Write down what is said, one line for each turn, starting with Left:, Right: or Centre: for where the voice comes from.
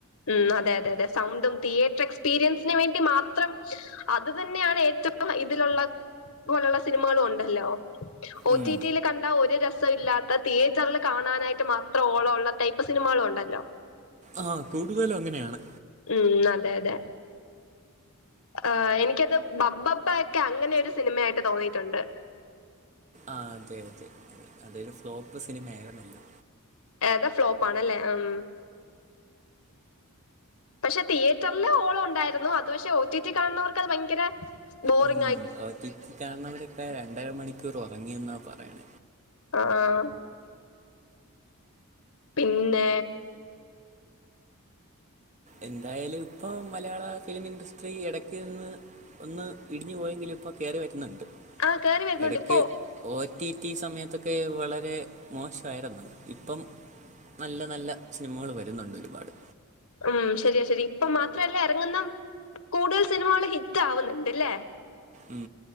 Left: ഉം അതെ അതെ അതെ സൗണ്ടും തീയേറ്റർ എക്സ്പീരിയൻസിന് വേണ്ടി മാത്രം. അതു തന്നെയാണ് ഏറ്റവും ഇതിലുള്ള ഇതുപോലുള്ള സിനിമകളും ഉണ്ടല്ലോ? ഒ
Right: ഉം
Left: ടി ടി യിൽ കണ്ടാൽ ഒരു രസം ഇല്ലാത്ത തീയേറ്ററിൽ കാണാനായിട്ട് മാത്രം ഓളം ഉള്ള ടൈപ്പ്. സിനിമകളും ഉണ്ടല്ലോ?
Right: ആഹ് കൂടുതലും അങ്ങനെയാണ്.
Left: ഉം അതെ അതെ. ആഹ് എനിക്ക് അത് ബ്ബബ്ബഭ ഒക്കെ അങ്ങനൊരു സിനിമയായിട്ട് തോന്നിയിട്ടുണ്ട്.
Right: ആഹ് അതെ അതെ അതൊരു ഫ്ലോപ്പ് സിനിമ ആയിരുന്നല്ലേ.
Left: ഏതാ ഫ്ലോപ്പ് ആണല്ലേ ഉം. പക്ഷെ തീയേറ്ററിലെ ഓളം ഉണ്ടായിരുന്നു, അത് പക്ഷെ ഒ ടി ടി കാണുന്നവർക്ക് അത് ഭയങ്കര ബോറിങ്.
Right: ഉം ഒ ടി ടി കാണുന്നവരൊക്കെ രണ്ടര മണിക്കൂർ ഉറങ്ങി എന്നാ പറയണ.
Left: ആഹ് പിന്നെ
Right: എന്തായാലും ഇപ്പം മലയാളം ഫിലിം ഇൻസ്ട്രി ഇടയ്ക്കുന്നേ. ഒന്ന് ഇടിഞ്ഞു പോയെങ്കിലും ഇപ്പൊ കേറി വരുന്നുണ്ട്
Left: ആ കേറി വരുന്നുണ്ട്
Right: ഇടയ്ക്ക്.
Left: ഇപ്പോ
Right: ഒ ടി ടി സമയത്തൊക്കെ വളരെ മോശമായിരുന്നു ഇപ്പം. നല്ല നല്ല സിനിമകൾ വരുന്നുണ്ട് ഒരുപാട്.
Left: ഉം ശരിയാ ശരി ഇപ്പം മാത്രമല്ല, ഇറങ്ങുന്ന കൂടുതൽ സിനിമകൾ ഹിറ്റ് ആവുന്നുണ്ട് അല്ലേ.
Right: ഉം